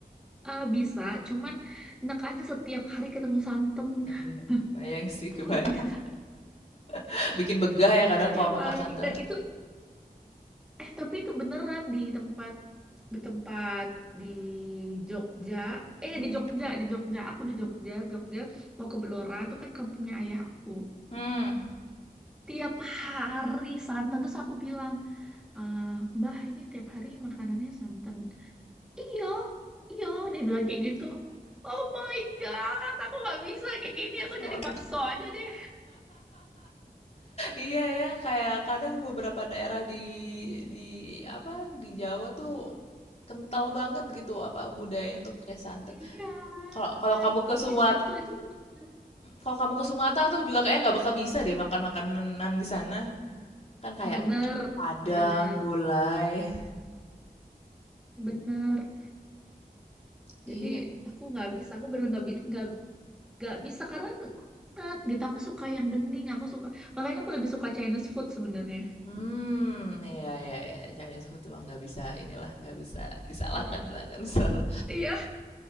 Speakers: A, in the centre; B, on the left.
A: eh, bisa. Cuman, enak aja setiap hari ketemu santan. <laughs>
B: Iya, kebayang sih,
A: Aku
B: kebayang.
A: nggak bisa.
B: <laughs> Bikin begah ya kadang
A: Tiap
B: kalau makan
A: hari.
B: santan.
A: Dan itu eh tapi itu beneran di tempat di tempat di Jogja eh
B: hmm
A: di Jogja di Jogja aku di Jogja Jogja mau ke Belora itu kan kampungnya ayah aku
B: mhm,
A: tiap hari santan terus aku bilang "Eh, Mbah ini tiap hari makanannya santan iyo iyo dia bilang kayak gitu Oh my God, aku nggak bisa kayak gini. Aku
B: kalau
A: cari
B: agak
A: bakso aja deh.
B: Iya ya, kayak kadang beberapa daerah di di apa di Jawa tuh kental banget gitu apa budayanya untuk pakai santan.
A: Iya,
B: Kalau kalau
A: manis.
B: kamu ke Sumatera,
A: Betul, itu bener.
B: kalau kamu ke Sumatera tuh juga kayak nggak bakal bisa deh makan makanan di sana. Kan kayak
A: Bener,
B: Padang,
A: bener,
B: gulai.
A: bener.
B: Iya.
A: Jadi aku nggak bisa, aku bener nggak bi- nggak nggak bisa karena aku nggak gitu. Aku suka yang bening, aku suka. Makanya aku lebih suka Chinese food sebenarnya.
B: Hmm, iya iya iya Chinese food emang nggak bisa inilah, nggak bisa disalahkan
A: Iya,
B: lah kan selalu.
A: iya,